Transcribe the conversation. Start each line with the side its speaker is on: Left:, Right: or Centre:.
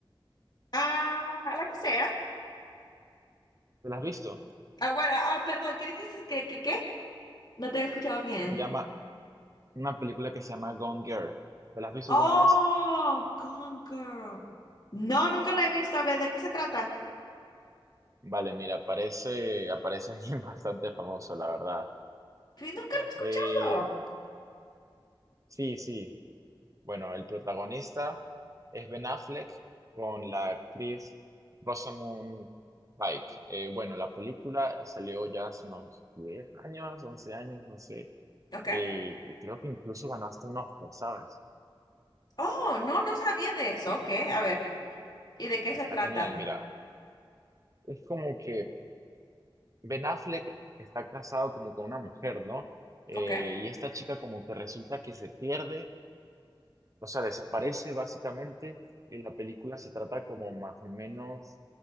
Left: Ah, la que sea.
Right: ¿te la has visto?
Left: Ah, bueno, ah, perdón, ¿qué dijiste? ¿Qué, qué, qué? No te había escuchado bien.
Right: Se llama, una película que se llama Gone Girl, ¿te la has visto
Left: Oh,
Right: alguna vez?
Left: Gone Girl. No, nunca la he visto. A ver, ¿de qué se trata?
Right: Vale, mira, aparece, aparece alguien <laughs> bastante famoso, la verdad.
Left: Sí, Nunca la he escuchado.
Right: Eh, Sí, sí. Bueno, el protagonista es Ben Affleck con la actriz Rosamund Pike. Eh, bueno, la película salió ya hace unos 10 años, 11 años, no sé.
Left: ¿Ok?
Right: Y y creo que incluso ganó hasta un Oscar, ¿sabes?
Left: Oh, no, no sabía de eso. Ok, a ver. ¿Y de qué
Right: Está
Left: se trata?
Right: genial, mira. Es como que Ben Affleck está casado como con una mujer, ¿no? Eh,
Left: ¿Ok?
Right: y esta chica como que resulta que se pierde O sea, desaparece básicamente y la película se trata como más o menos